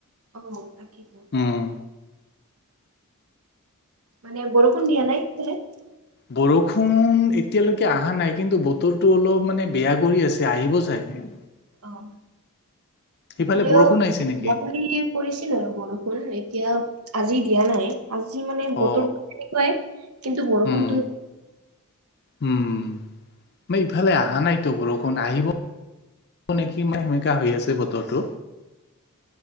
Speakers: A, on the right (about 70°); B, on the left (about 50°).
A: অ' তাকেইটো।
B: উম
A: মানে বৰষুণ দিয়া নাই <unintelligible>
B: বৰষুণ এতিয়ালৈকে অহা নাই, কিন্তু বতৰটো অলপ মানে বেয়া কৰি আছে আহিব চাগে।
A: অ'।
B: সেইফালে
A: ইফালেও
B: বৰষুণ আহিছে
A: <unintelligible>
B: নেকি
A: পৰিছিল আৰু বৰষুণ এতিয়া আজি দিয়া নাই। আজি মানে
B: অ
A: বতৰটো তেনেকুৱাই কিন্তু বৰষুনটো
B: উম উম, আমাৰ ইফালে অহা নাইতো বৰষুণ আহিব নেকি ম সেমেকা হৈ আছে বতৰটো।